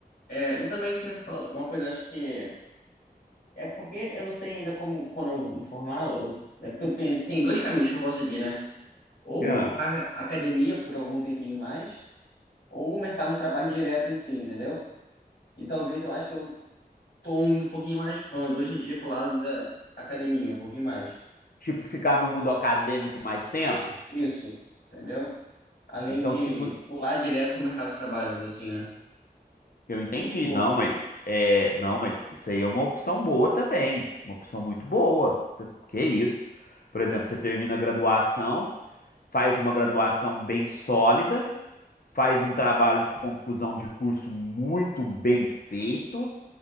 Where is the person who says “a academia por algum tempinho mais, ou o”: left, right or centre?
Left